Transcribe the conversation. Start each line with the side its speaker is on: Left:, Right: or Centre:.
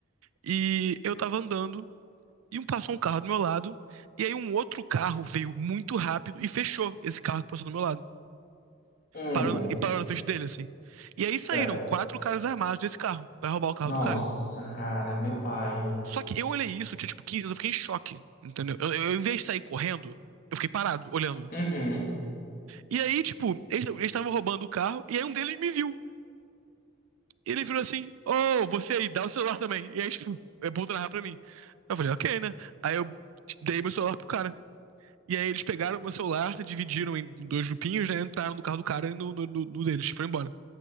Right: E eu tava andando e um- passou um carro do meu lado. E aí um outro carro veio muito rápido e fechou esse carro que passou do meu lado.
Left: Hum,
Right: Parou, na- e parou na frente dele, assim. E aí saíram
Left: certo.
Right: quatro caras armados desse carro pra roubar o carro
Left: Nossa,
Right: do cara.
Left: cara, meu pai.
Right: Só que eu olhei isso, eu tinha tipo 15, eu fiquei em choque, entendeu? Eu, eu, em vez de sair correndo, eu fiquei parado, olhando.
Left: Uhum.
Right: E aí, tipo, eles eles estavam roubando o carro, e aí um deles me viu. E ele virou assim: Oh, você aí, dá o celular também. E aí, tipo, é bom tu narrar pra mim. Eu falei: Ok, né? Aí eu dei meu celular pro cara. E aí eles pegaram meu celular, dividiram em dois grupinhos, né? Entraram no carro do cara e no, no, no- no deles, foram embora.